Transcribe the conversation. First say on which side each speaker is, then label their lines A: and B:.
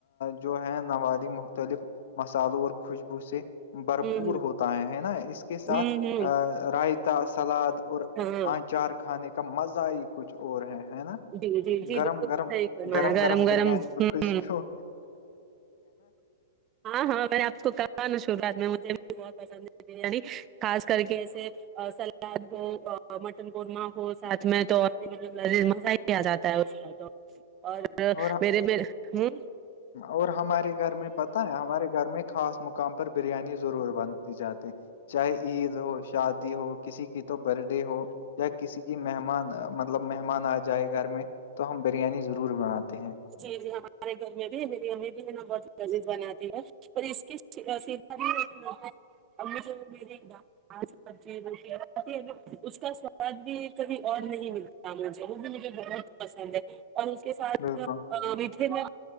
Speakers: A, on the left (about 65°); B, on the right (about 25°).
A: جو ہے نوالی مختلف مسالوں اور خوشبو سے بھرپور
B: ہمم ہمم
A: ہوتا ہے ہے نا اس کے ساتھ
B: ہمم
A: رائتا سلاد اور
B: ہاں
A: آنچار کھانے کا مزہ ہی کچھ اور ہے ہے نا
B: جی جی جی
A: گرم
B: بالکل
A: گرم
B: صحیح فرمایا
A: گرم گرم بریانی کچھ
B: ہمم
A: خوش گ
B: ہاں ہاں میں نے آپ کو کہا ن شوعات میں مجھے بھی بہت پسند ہے بریانی خاص کر کے ایسے سلاد ہو مٹن قورمہ ہو ساتھ میں تو اور بھی مطلب لذیذ مزہ ہی بھی آ جاتا ہے اور
A: اور
B: میرے م ہ
A: اور ہمارے گھر میں پتاہ ہے ہمارے گھر میں خاص مقام پر بریانی ضرور بنتی جاتی چاہے عید ہو شادی ہو کسی کی تو بر ڈے ہو یا کسی کی مہمان مطلب مہمان آ جائے گھر میں تو ہم بریانی ضرور بناتے ہیں
B: جی جی ہمارے گھر میں بھی میری ہمیں بھی ہے نا بہت مزید بناتی ہے اس کی سیدھا بھی ابھ مجے گا ج سبزی روٹی ہے اس کا سواد بھی کبھی اور نہیں ملتا موھے وہ بھی مجھے بہت پسند ہے اور اس کے ساتھ
A: بالکل
B: میٹے میں